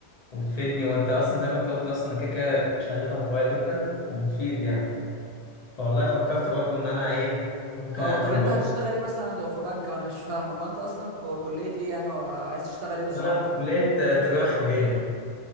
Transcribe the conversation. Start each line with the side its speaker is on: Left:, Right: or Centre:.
Left: وتفيدني وانت اصلا زي ما انت قلت اصلا كده كده شهادتها قويه جدا وبتفيد يعني فوالله فكرت برضو ان انا ايه ممكن
Right: اه
Left: اقدم
Right: طب انت
Left: برضو
Right: هتشتغل ايه مثلا لو في بنك وانا مش فاهمك وانت اصلا ك- كليه ايه يعني وعايز تشتغل ايه بالظبط
Left: وانا في
Right: ما
Left: كليه
Right: انا
Left: آه، تجاره خارجيه